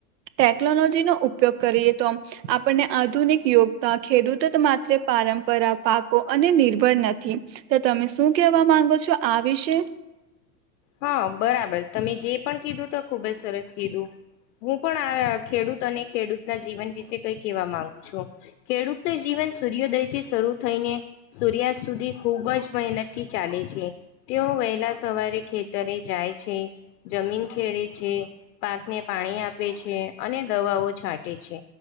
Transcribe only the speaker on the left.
હા બરાબર તમે જે પણ કીધું તો ખુબ જ સરસ કીધું હું પણ ખેડૂત અને ખેડૂત ના જીવન વિશે કઈ કેહેવા માંગુ છું ખેડૂત નું જીવન સૂર્યોદયથી શરૂ થઈને સૂર્યાસ્ત સુધી ખૂબ જ મહેનત થી ચાલે છે તેઓ વહેલા સવારે ખેતી જાય છે જમીન ખેડે છે પાકને પાણી આપે છે અને દવા છાંટે છે